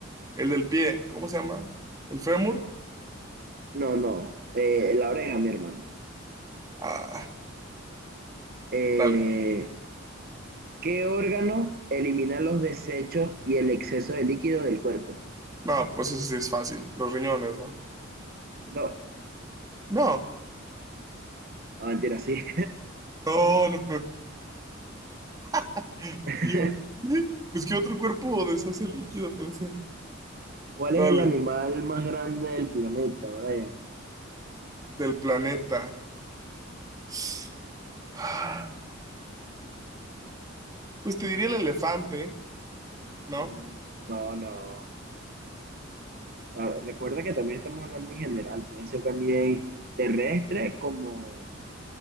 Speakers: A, on the right; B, on the right.
A: el del pie, ¿cómo se llama? ¿El fémur?
B: No, no, eh, la oreja, mi hermano.
A: Ah,
B: Eh,
A: dale.
B: ¿qué órgano elimina los desechos y el exceso de líquido del cuerpo?
A: No, pues eso sí es fácil. Los riñones, ¿no?
B: No,
A: No,
B: no mentira, sí.
A: no, no. <laughs>
B: <laughs>
A: Y Yo, ¿qué? Pues qué otro cuerpo deshace líquido, pensé.
B: ¿Cuál
A: Dale,
B: es el animal más grande del planeta, Brian?
A: del planeta. <sighs> Ah, Pues te diría el elefante, ¿no?
B: Mm, No, no. Ah, Recuerda que también estamos hablando en general. Pueden ser también terrestres como